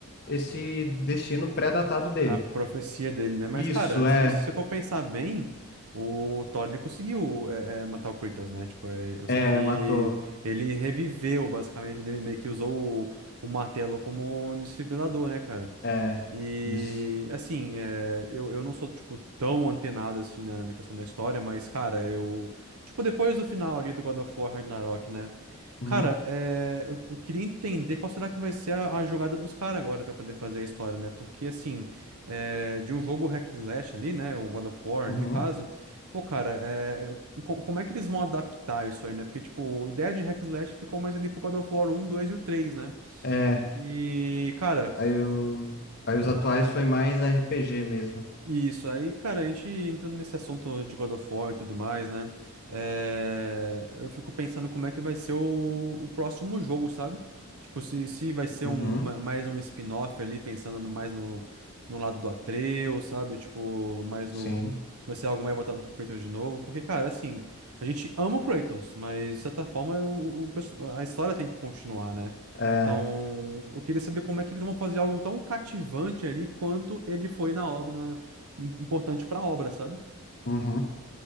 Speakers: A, on the left; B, on the right.
A: esse destino pré-datado dele.
B: a profecia dele, né? Mas,
A: Isso,
B: cara,
A: é,
B: se você se você for pensar bem, o Thor ele conseguiu é, é, matar o Kratos, né? Tipo, é, é,
A: é,
B: só que
A: matou,
B: ele reviveu, basicamente, ele meio que usou o, o martelo como um desfibrilador, né, cara?
A: é,
B: E
A: isso.
B: assim, é, eu, eu não sou, tipo, tão antenado assim na, na questão da história, mas, cara, eu. Tipo, depois do final ali do God of War Ragnarok, né?
A: Uhum,
B: Cara, é, eu, eu queria entender qual será que vai ser a, a jogada dos caras agora pra poder fazer a história, né? Porque, assim, é, de um jogo hack and slash ali, né? O God of War
A: uhum.
B: ali, no caso. Pô, cara, é, co- como é que eles vão adaptar isso aí, né? Porque, tipo, a ideia de hack and slash ficou mais ali pro God of War 1, 2 e o três né?
A: é.
B: E, cara.
A: Aí, o... Aí os atuais foi mais RPG mesmo.
B: Isso, aí, cara, a gente entrando nesse assunto de God of War e tudo mais, né? é, eu fico pensando como é que vai ser o, o próximo jogo, sabe? Tipo, se, se vai ser
A: Uhum,
B: um, ma- mais um spin-off ali, pensando no- mais no, no lado do Atreus, sabe? Tipo, mais no.
A: sim.
B: Se vai ser algo mais voltado pro Kratos de novo. Porque, cara, assim, a gente ama o Kratos, mas de certa forma o, o perso- a história tem que continuar, né?
A: É,
B: Então, eu queria saber como é que eles vão fazer algo tão cativante ali quanto ele foi na obra, importante pra obra, sabe?
A: uhum.